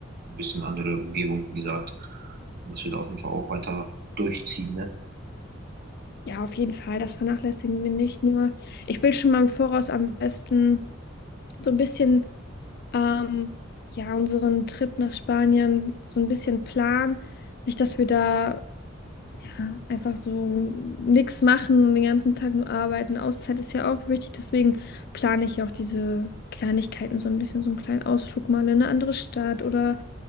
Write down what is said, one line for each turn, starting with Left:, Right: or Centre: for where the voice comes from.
Right: ein bisschen andere Umgebung, wie gesagt. Und Das wird auf jeden Fall auch weiter durchziehen, ne?
Left: Ja, auf jeden Fall, das vernachlässigen wir nicht. Nur, ich will schon mal im Voraus am besten so ein bisschen, ähm, ja, unseren Trip nach Spanien so ein bisschen planen. Nicht, dass wir da Ja, einfach so nichts machen und den ganzen Tag nur arbeiten. Auszeit ist ja auch wichtig, deswegen plane ich ja auch diese Kleinigkeiten so ein bisschen, so einen kleinen Ausflug mal in eine andere Stadt oder